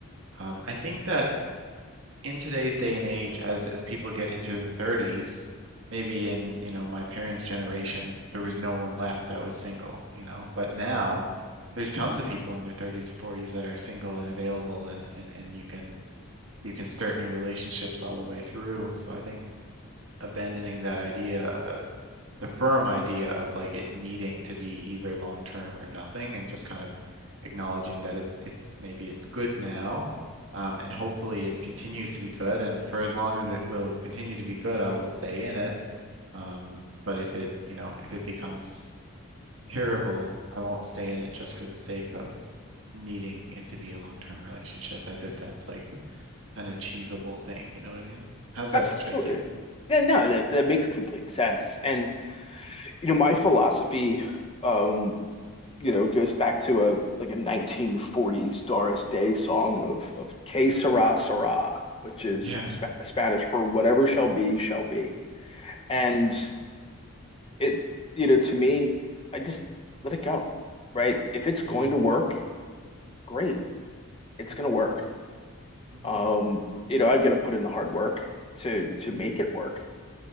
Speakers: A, on the right; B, on the left.
A: Um, I think that in today's day and age, as as people get into their 30s, maybe in, you know, my parents' generation, there was no one left that was single, you know, but now there's tons of people in their 30s and 40s that are single and available and and and you can you can start new relationships all the way through. So I think abandoning that idea uh, the firm idea of like it needing to be either long term or nothing and just kind of acknowledging that it's it's maybe it's good now um, and hopefully it continues to be good and for as long as it will continue to be good I will stay in it um, but if it you know if it becomes terrible I won't stay in it just for the sake of needing it to be a long term relationship as if that's like an achievable thing you know what I mean how's that
B: Absolutely.
A: strike you
B: Yeah, no, that, that makes complete sense. And you know, my philosophy, um, you know, goes back to a like a 1940s Doris Day song of of Que sera sera, which is
A: yeah
B: sp Spanish for whatever shall be, shall be.
A: hmm
B: And it, you know, to me, I just let it go, right? If it's going
A: yeah
B: to work, great, it's
A: hmm
B: going to work.
A: hmm
B: Um, you know, I've got to put in the hard work to to make
A: hmm
B: it work,